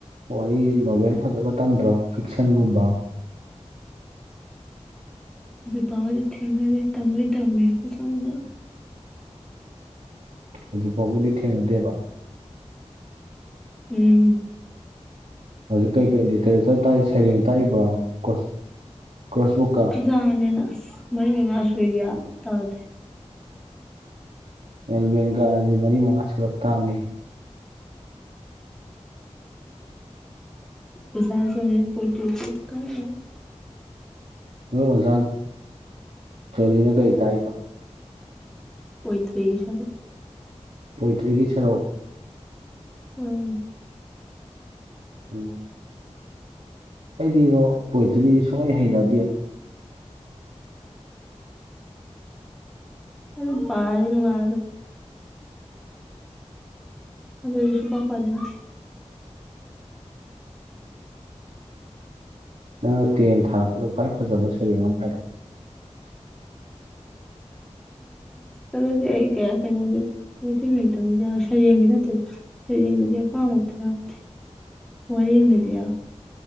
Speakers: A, on the right (about 80°); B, in the centre.
A: ꯋꯥꯔꯤ ꯅꯣꯕꯦꯜ ꯐꯖꯕ ꯇꯝꯗ꯭ꯔꯣ ꯐꯤꯛꯁꯟꯒꯨꯝꯕ?
B: ꯍꯨꯖꯤꯛ ꯐꯥꯎꯒꯤꯗꯤ ꯊꯦꯡꯅꯗꯦ ꯇꯝꯕꯨꯗꯤ ꯇꯝꯃꯦ ꯃꯆꯥ ꯃꯆꯥ꯫
A: ꯍꯧꯖꯤꯛꯐꯥꯎꯒꯗꯤ ꯊꯦꯡꯅꯗꯦꯕ꯫
B: ꯎꯝ
A: ꯍꯧꯖꯤꯛ ꯀꯩ ꯀꯩ ꯂꯤꯇꯔꯦꯆꯔ ꯇꯥꯛꯏ ꯁꯩꯔꯦꯡ ꯇꯥꯛꯏꯕ꯭ꯔꯣ ꯀ꯭ꯔꯣꯁ ꯀꯣꯔꯁꯕꯨꯛꯀ
B: ꯖꯥꯅꯤꯅ ꯑꯁ ꯃꯔꯤ ꯃꯉꯥ ꯁꯨꯏ ꯒꯌ꯭ꯥꯟ ꯑꯝ ꯇꯥꯗꯦ꯫
A: ꯑꯦꯜꯚꯦꯟ ꯀꯥꯔꯗꯤ ꯃꯔꯤ ꯃꯉꯥ ꯁꯨꯔꯛ ꯇꯥꯕꯅꯤ꯫
B: <unintelligible>
A: ꯅꯣꯏ ꯑꯣꯖꯥ ꯖꯣꯂꯤꯅ ꯀꯩ ꯇꯥꯛꯏꯕ꯫
B: ꯄꯣꯏ ꯇ꯭ꯦꯒꯤ ꯍꯥꯢꯕ꯫
A: ꯄꯣꯏꯇ꯭ꯔꯤꯒꯤ ꯁꯔꯨꯛ
B: ꯎꯝ
A: ꯎꯝ ꯑꯩꯗꯤꯉꯣ ꯄꯣꯏꯇ꯭ꯔꯤ ꯁꯨꯀꯍꯩ ꯍꯩꯅꯗꯦꯣ꯫
B: ꯑꯗꯨ ꯑꯗꯨ ꯄꯔꯗꯤ ꯅꯨꯉꯥꯏꯕꯅꯦ꯫ ꯑꯗꯨ ꯑꯩ ꯁꯨꯄꯥ ꯄꯥꯅꯤꯡꯗꯦ꯫
A: ꯅꯪꯅ ꯇꯦꯟ ꯊꯥꯔꯛꯄꯗ ꯈ꯭ꯋꯥꯏ ꯐꯖꯕ ꯁꯩꯔꯦꯡ ꯑꯝ ꯍꯥꯏꯔꯛꯑꯣ? <inaudible>
B: ꯑꯗꯨꯗꯤ ꯑꯩ ꯀꯌꯥ ꯀꯩꯗꯧꯗꯦ ꯃꯤꯇꯩ ꯃꯌꯦꯛꯇꯥꯕꯨ ꯌꯥꯎꯏ ꯁꯩꯔꯦꯡ ꯗꯤ ꯅꯠꯇꯦ꯫ ꯐꯔꯤꯡꯗꯗꯤ ꯑꯥꯄꯥꯝꯕ ꯑꯝꯇꯥ ꯌꯥꯎꯗꯦ ꯋꯔꯦꯡ ꯗꯥꯗꯤ ꯌꯥꯎꯏ꯫